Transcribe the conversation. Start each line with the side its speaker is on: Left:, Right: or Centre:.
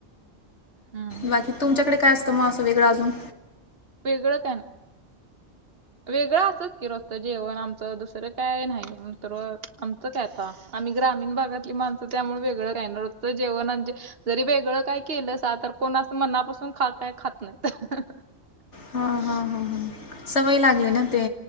Right: हम्म.
Left: बाकी. तुमच्याकडे
Right: मग
Left: काय? असतं मग, असं वेगळं अजून.
Right: वेगळं काय नाही? वेगळं असं. किरस्त जेवण आमचं दुसरं काय नाही तर आमचं काय आता आम्ही ग्रामीण भागातली माण त्यामुळे वेगळं <unintelligible> होतोय जेवणांचे जरी वेगळं काही केलंसा तर कोण असं मनापासून खा काय खात नाय. <inaudible>
Left: हां हां हां हां सवय लागली ना ते.